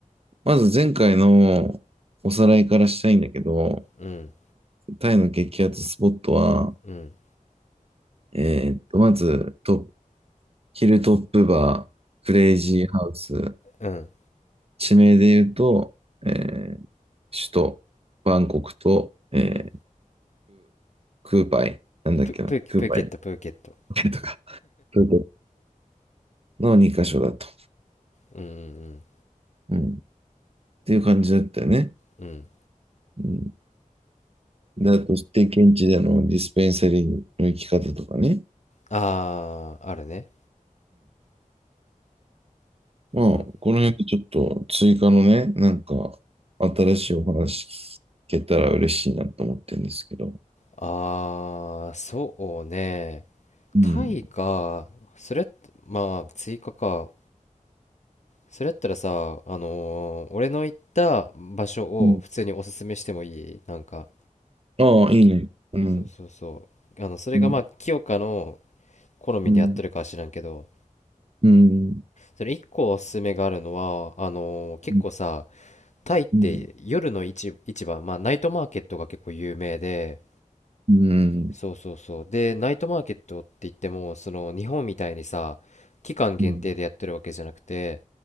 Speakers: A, on the right; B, on the left.
A: まず前回のおさらいからしたいんだけど、
B: うん、
A: タイの激アツスポットは、
B: うん、
A: えーっと、まずトップ、ヒルトップバー、クレイジーハウス、
B: うん、
A: 地名で言うと、えー首都、バンコクと、えー
B: うん。
A: クーパイ、なんだっけな、
B: プ、プー、
A: クーパイ
B: プケット、プーケット。
A: とか、クートの2箇所だと。
B: うん、うん、
A: っていう感じだったよね。
B: うん。うん
A: うあと、して現地でのディスペンサリーの行き方とかね。
B: あー、あるね。
A: まあ、
B: うん。
A: この辺でちょっと追加のね、なんか、新しいお話聞けたら嬉しいなと思ってるんですけど。
B: あー、そうね。
A: うん。
B: タイか、それ、まあ、追加か。それやったらさ、あのー俺の行った場所を普通におすすめしてもいいなんか。
A: うん。ああ、いいね。うん。
B: そうそうそうあのそれがまあ清香の
A: うん。
B: 好みに合ってるかは知らんけど
A: うん。うん。
B: それ一個おすすめがあるのはあのー結構さ
A: うん。
B: タイって夜の市、
A: うん。
B: 市場まあナイトマーケットが結構有名で
A: うん。
B: そうそうそうでナイトマーケットって言ってもその日本みたいにさ期間限定でやってるわけじゃなくて
A: うん。